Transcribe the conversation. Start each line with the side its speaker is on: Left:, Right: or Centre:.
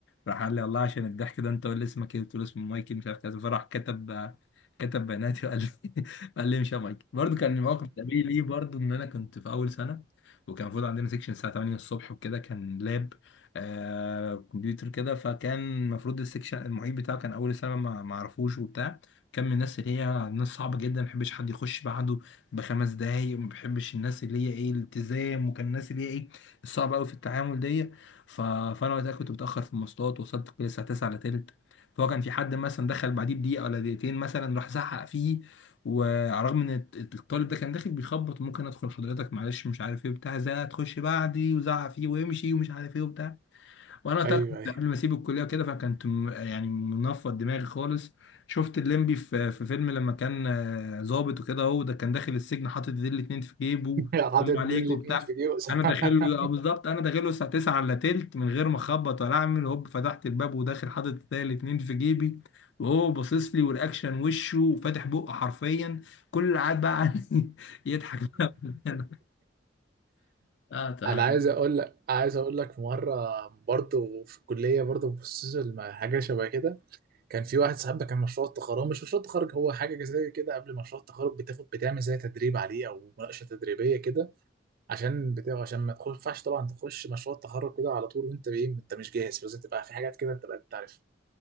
Left: راح قال لي والله عشان الضحك ده انت قول لي اسمك ايه قلت له اسمه مايكل مش عارف كذا فراح كتب كتب بياناتي وقال لي <laughs> قال لي مش يا مايك برضه كان موقف شبيه ليه برضه ان انا كنت في اول سنه وكان المفروض عندنا سيكشن الساعه 8 الصبح وكده كان لاب آه كمبيوتر كده فكان المفروض السيكشن المعيد بتاعه كان اول سنه ما ما اعرفوش وبتاع كان من الناس اللي هي ناس صعبه جدا ما بيحبش حد يخش بعده بخمس دقايق وما بيحبش الناس اللي هي ايه الالتزام وكان الناس اللي هي ايه الصعبه قوي في التعامل دي ف... فانا وقتها كنت متاخر في المواصلات وصلت كل الساعه 9 الا تلت فهو كان في حد مثلا دخل بعديه بدقيقه ولا دقيقتين مثلا راح زعق فيه وعلى الرغم ان الطالب ده كان داخل بيخبط ممكن ادخل حضرتك معلش مش عارف ايه بتاع زي هتخش بعدي وزعق فيه ويمشي ومش عارف ايه وبتاع وانا وقتها
Right: ايوه
Left: كنت
Right: ايوه
Left: قبل ما اسيب الكليه وكده فكنت م- يعني منفض دماغي خالص شفت الليمبي في في فيلم لما كان آه، ظابط وكده هو ده كان داخل السجن حاطط ايديه الاتنين في جيبه
Right: حاطط
Left: سلام
Right: دول
Left: عليك
Right: الاتنين
Left: وبتاع
Right: في جيوز
Left: انا
Right: <laughs>
Left: داخل له آه، بالظبط انا داخل له الساعه 9 الا تلت من غير ما اخبط ولا اعمل هوب فتحت الباب وداخل حاطط ايديه الاتنين في جيبي وهو باصص لي والاكشن وشه وفاتح بقه حرفيا كل اللي قاعد بقى عني <laughs> يضحك بقى. <laughs> اه طبعا
Right: انا عايز اقول لك عايز اقول لك مره برضه في الكليه برضه بصيت لما حاجه شبه كده كان في واحد صاحبنا كان مشروع التخرج هو مش مشروع التخرج هو حاجه زي كده قبل مشروع التخرج بتاخد بتعمل زي تدريب عليه او مناقشه تدريبيه كده عشان بتاع عشان ما تخش- ما ينفعش طبعا تخش مشروع التخرج كده على طول وانت ايه انت مش جاهز لازم تبقى في حاجات كده انت بقى بتعرف